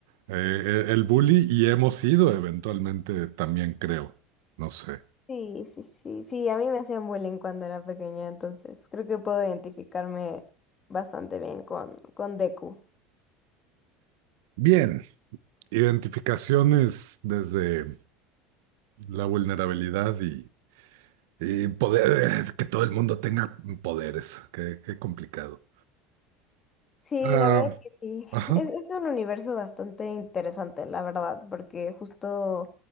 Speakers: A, on the right; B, on the left.
A: Eh, eh, el bully y hemos ido eventualmente también, creo. No sé.
B: Sí, sí, sí, sí, a mí me hacían bullying cuando era pequeña, entonces creo que puedo identificarme bastante bien con, con Deku.
A: Bien. Identificaciones desde la vulnerabilidad y, y poder, eh, que todo el mundo tenga poderes. Qué, qué complicado.
B: Sí,
A: Ah,
B: la verdad es que sí.
A: ajá,
B: Es, es un universo bastante interesante, la verdad, porque justo